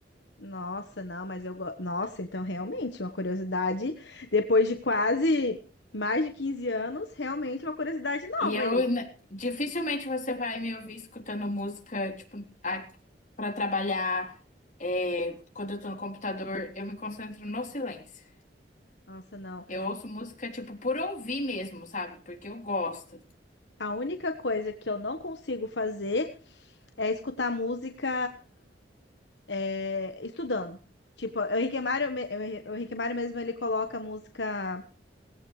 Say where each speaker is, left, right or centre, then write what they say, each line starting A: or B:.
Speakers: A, on the left; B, on the left.
A: Nossa, não, mas eu gosto. Nossa, então realmente, uma curiosidade. Depois de quase mais de 15 anos, realmente uma curiosidade
B: E
A: nova
B: eu
A: aí.
B: n- dificilmente você vai me ouvir escutando música, tipo, a, para trabalhar. é, quando eu tô no computador, eu me concentro no silêncio.
A: Nossa, não.
B: Eu ouço música, tipo, por ouvir mesmo, sabe? Porque eu gosto.
A: A única coisa que eu não consigo fazer. é escutar música é, estudando. Tipo, o Henrique Mário, me- o Henri- o Henrique Mário mesmo, ele coloca música.